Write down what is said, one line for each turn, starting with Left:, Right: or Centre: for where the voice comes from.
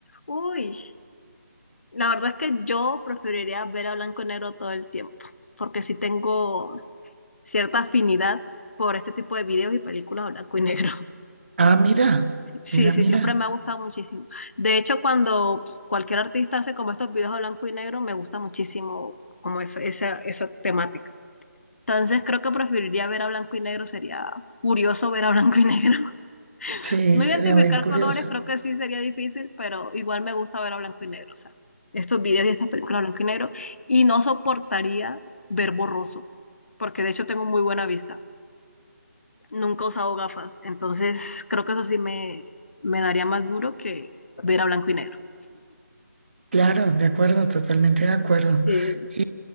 Left: Uy, la verdad es que yo preferiría ver a blanco y negro todo el tiempo, porque sí tengo cierta afinidad por este tipo de videos y películas a blanco y negro.
Right: Ah, mira,
Left: Sí,
Right: mira,
Left: sí,
Right: mira.
Left: siempre me ha gustado muchísimo. De hecho, cuando cualquier artista hace como estos videos a blanco y negro, me gusta muchísimo como esa, esa, esa temática. Entonces creo que preferiría ver a blanco y negro, sería curioso ver a <laughs> blanco y negro. <laughs>
Right: Sí,
Left: No identificar
Right: sería bien curioso.
Left: colores creo que sí sería difícil, pero igual me gusta ver a blanco y negro, o sea, estos videos y estas películas a blanco y negro, y no soportaría ver borroso, porque de hecho tengo muy buena vista nunca he usado gafas, entonces creo que eso sí me, me daría más duro que ver a blanco y negro.
Right: Claro, de acuerdo, totalmente de acuerdo.
Left: Sí.
Right: Y